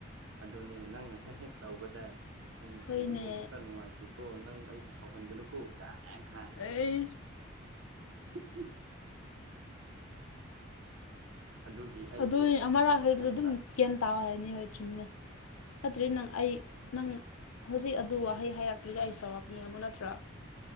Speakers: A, on the right; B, on the left.
A: ꯑꯗꯨꯅꯦ ꯅꯪꯅ ꯍꯦꯛ ꯍꯦꯛ ꯇꯧꯕꯗꯥꯏ ꯑꯩ ꯉꯁꯤ
B: ꯍꯣꯏꯅꯦ
A: ꯏꯃꯨꯡꯒ ꯈꯔ ꯅꯨꯡꯉꯥꯏ ꯇꯦꯀꯣ ꯅꯪ ꯑꯩꯕꯨ ꯁꯥꯎꯍꯟꯒꯅꯨꯀꯣ ꯀꯥꯏꯅ ꯍꯥ ꯏꯪ ꯍꯨꯡ
B: ꯑꯩ
A: ꯍꯨꯡ ꯑꯗꯨꯒꯤ ꯑꯩꯁꯨ
B: ꯑꯗꯨ ꯑꯩ ꯑꯃꯔꯛ ꯍꯥꯏꯕꯗ
A: ꯈꯪꯕ
B: ꯑꯗꯨꯝ ꯒ꯭ꯌꯥꯟ ꯇꯥꯎ ꯍꯥꯏꯕꯅꯦ ꯍꯣꯏ ꯆꯨꯝꯃꯦ ꯅꯠꯇ꯭ꯔꯗꯤ ꯅꯪ ꯑꯩ ꯅꯪ ꯍꯧꯖꯤꯛ ꯑꯗꯨ ꯋꯥꯍꯩ ꯍꯥꯏꯔꯛꯇ꯭ꯔꯤꯗꯤ ꯑꯩ ꯁꯥꯎꯔꯛ ꯃꯤ ꯑꯃꯨ ꯅꯠꯇ꯭ꯔ